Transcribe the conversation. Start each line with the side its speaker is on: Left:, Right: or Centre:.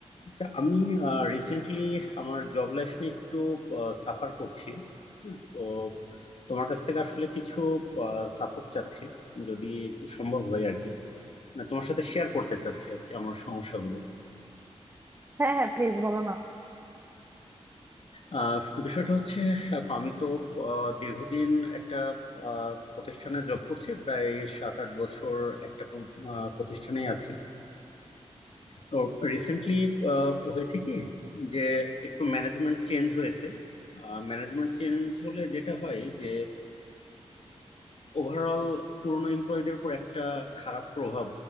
Left: আচ্ছা আমি রিসেন্টলি আমার জব লাইফ নিয়ে একটু সাফার করছি হ্যাঁ, তো তোমার কাছ থেকে আসলে কিছু সাপোর্ট চাচ্ছি যদি সম্ভব হয় আর কি না, তোমার সাথে শেয়ার করতে চাচ্ছি আর কি আমার সমস্যাগুলো
Right: হ্যাঁ হ্যাঁ প্লিজ বলো না
Left: আহ, বিষয়টা হচ্ছে এখন আমি তো আহ, দীর্ঘদিন একটা আহ, প্রতিষ্ঠানে জব করছি প্রায় সাত আট বছর একটা প্রতিষ্ঠানে আছি তো রিসেন্টলি হয়েছে কি যে একটু ম্যানেজমেন্ট চেঞ্জ হয়েছে ম্যানেজমেন্ট চেঞ্জ হলে যেটা হয় যে ওভারঅল পুরনো এমপ্লয়ীদের উপর একটা খারাপ প্রভাব